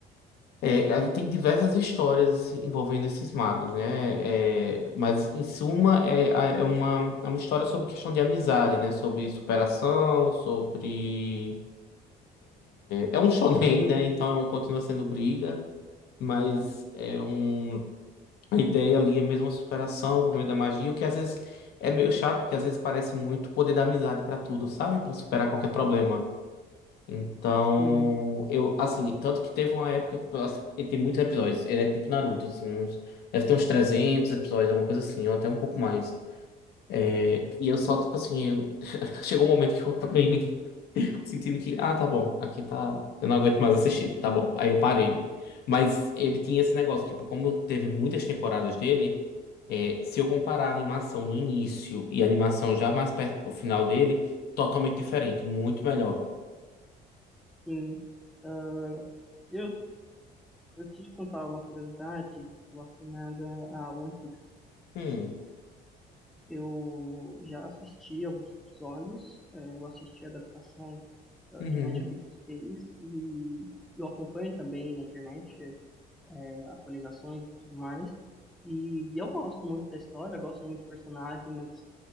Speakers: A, on the left; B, in the centre.
A: É, aí tem diversas histórias assim, envolvendo esses magos, né? É, mas, em suma, é, é, uma, é uma história sobre questão de amizade, né? Sobre superação, sobre. É um shonen, né? Então é um- continua sendo briga, mas é um a ideia ali é mesmo a superação por meio da magia, o que às vezes é meio chato, porque às vezes parece muito poder da amizade pra tudo, sabe? Pra superar qualquer problema. Então,
B: Sim,
A: eu assim, tanto que teve uma época que assim, ele tem muitos episódios, ele é tipo Naruto, assim, uns- deve ter uns 300 episódios, alguma coisa assim, ou até um pouco mais. É, E eu só tipo assim, eu- <laughs> chegou um momento que eu acabei sentindo que, ah, tá bom, aqui tá. Eu não aguento mais assistir, tá bom. Aí eu parei. Mas ele tinha esse negócio, tipo, como teve muitas temporadas dele, é, se eu comparar a animação no início e a animação já mais perto pro final dele, totalmente diferente, muito melhor.
B: Sim. Ah, eu, eu te contar uma curiosidade relacionada a One Piece.
A: Hum,
B: Eu já assisti alguns episódios, eh, eu assisti a adaptação, ah,
A: uhum.
B: que a Netflix fez e eu acompanho também na internet, eh, atualizações e tudo mais. E eu gosto muito da história, eu gosto muito do personagem, mas